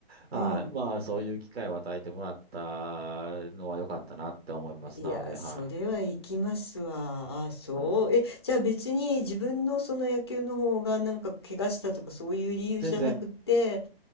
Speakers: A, on the right (about 75°); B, on the left (about 25°).
A: はい。
B: うん。
A: まあ、そういう機会を与えてもらったのは良かったなって思います。
B: いや、
A: なので、は
B: それは行きますわ。あ、そう。
A: い。はい。
B: え、じゃあ別に自分のその野球の方がなんか怪我したとかそういう理由じゃなくて、
A: 全然